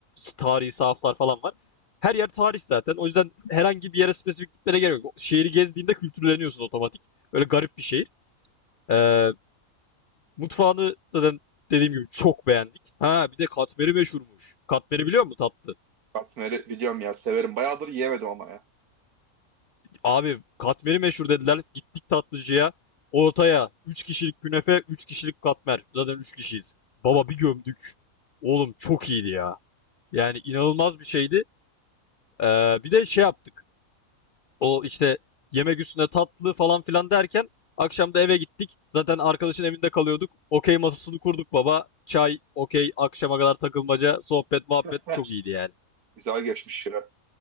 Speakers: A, on the left (about 80°); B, on the right (about 85°).
A: tarihi sahaflar falan var. Her yer tarih zaten. O yüzden herhangi bir yere spesifik gitmene gerek yok. Şehri gezdiğinde kültürleniyorsun otomatik. Öyle garip bir şehir. Ee, mutfağını zaten dediğim gibi çok beğendik. Ha bir de katmeri meşhurmuş. Katmeri biliyor musun tatlı?
B: Katmer'i biliyorum ya severim. Bayağıdır yiyemedim ama ya.
A: Abi katmeri meşhur dediler. Gittik tatlıcıya. Ortaya Üç kişilik künefe, 3 kişilik katmer. Zaten 3 kişiyiz. Baba bir gömdük. Oğlum çok iyiydi ya. Yani inanılmaz bir şeydi. Ee, bir de şey yaptık. O işte yemek üstüne tatlı falan filan derken akşam da eve gittik. Zaten arkadaşın evinde kalıyorduk. Okey masasını kurduk baba. Çay, okey, akşama kadar takılmaca, sohbet, muhabbet
B: <laughs>
A: çok iyiydi yani.
B: Güzel geçmiş ya.